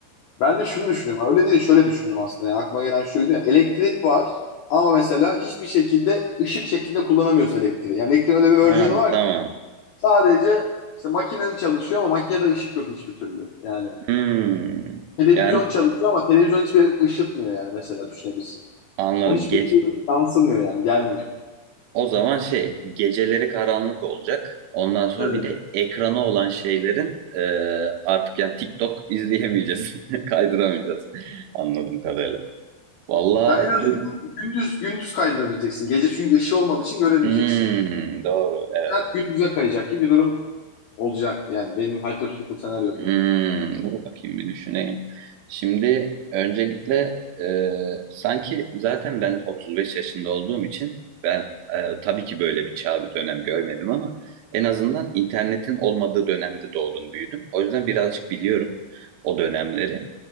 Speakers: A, on the left; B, on the right.
A: Ben de şunu düşünüyorum. Öyle değil de şöyle düşündüm aslında. Yani aklıma gelen şuydu ya. Elektrik var ama mesela hiçbir şekilde ışık şeklinde kullanamıyorsun elektriği. Yani elektriğin öyle bir versiyonu
B: Ha,
A: var
B: tamam.
A: ki sadece işte makinen çalışıyor ama makinede ışık yok hiçbir türlü. Yani
B: Hmm.
A: Televizyon
B: Yani
A: çalışıyor ama televizyon hiçbir yere ışıtmıyor yani mesela düşünebilirsin.
B: anladım.
A: Onun hiçbir
B: Ge
A: şey yansımıyor yani gelmiyor.
B: o zaman şey geceleri karanlık olacak. Ondan sonra
A: Evet.
B: bir de ekrana olan şeylerin e, artık yani TikTok izleyemeyeceğiz. <laughs> Kaydıramayacağız. Anladım kadarıyla. Vallahi
A: Yani en
B: dur.
A: azından gündüz gündüz kaydedebileceksin. Gece çünkü ışığı olmadığı için göremeyeceksin.
B: Hmm, doğru. evet.
A: Hayat gündüze kayacak gibi bir durum olacak yani benim hypothetical senaryomda.
B: Hmm, dur bakayım bir düşüneyim. Şimdi öncelikle e, sanki zaten ben 35 yaşında olduğum için ben e, tabii ki böyle bir çağ bir dönem görmedim ama en azından internetin olmadığı dönemde doğdum büyüdüm. O yüzden birazcık biliyorum o dönemleri.